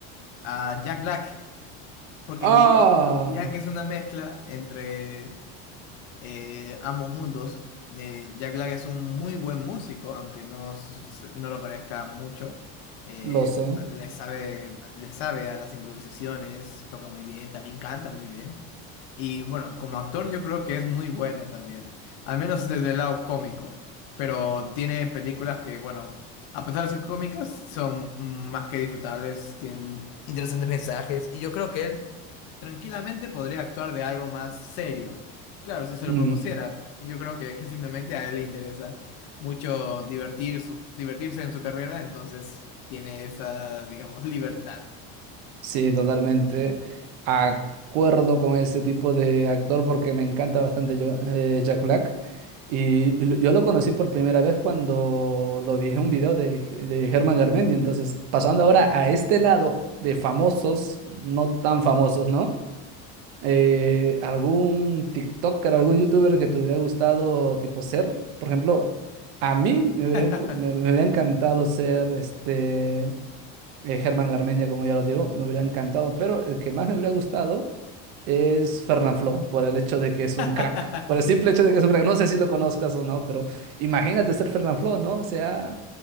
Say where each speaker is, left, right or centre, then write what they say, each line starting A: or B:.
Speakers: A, on the left; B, on the right.
A: a Jack Black, porque
B: Ah,
A: diría, diría que es una mezcla entre eh, ambos mundos. Eh, Jack Black es un muy buen músico, aunque no, s- no lo parezca mucho. Eh,
B: lo sé.
A: le sabe, le sabe a las improvisaciones, toca muy bien, también canta muy bien. Y bueno, como actor yo creo que es muy bueno también, al menos desde el lado cómico, pero tiene películas que, bueno, a pesar de ser cómicas, son más que disfrutables, tienen interesantes mensajes y yo creo que él tranquilamente podría actuar de algo más serio. Claro, si se lo
B: Mm,
A: propusiera, yo creo que <laughs> simplemente a él le interesa mucho divertir su- divertirse en su carrera, entonces tiene esa, digamos, libertad.
B: sí, totalmente. Acuerdo con ese tipo de actor porque me encanta bastante yo- eh, Jack Black. Y, y lo- yo lo conocí por primera vez cuando lo vi en un video de, de Germán Garmendia. Entonces, pasando ahora a este lado de famosos, no tan famosos, ¿no? Eh, ¿algún TikToker, algún YouTuber que te hubiera gustado tipo ser? Por ejemplo, a mí me hubiera,
A: <laughs>
B: encu- me, me hubiera encantado ser este eh, Germán Garmendia, como ya lo digo, me hubiera encantado, pero el que más me hubiera gustado es Fernanfloo, por el hecho de que es
A: <laughs>
B: un crack. Por el simple hecho de que es un crack. No sé si lo conozcas o no, pero imagínate ser Fernanfloo, ¿no? O sea,